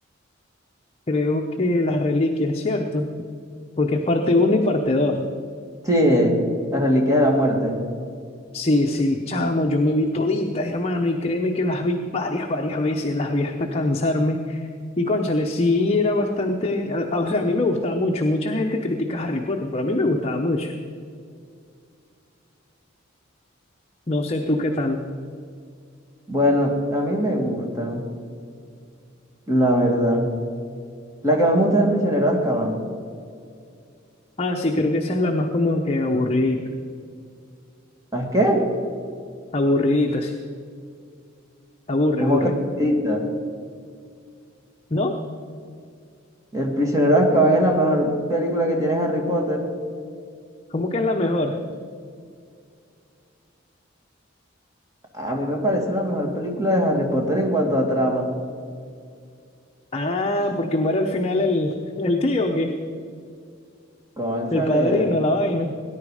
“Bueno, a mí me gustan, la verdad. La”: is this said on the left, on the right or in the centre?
Right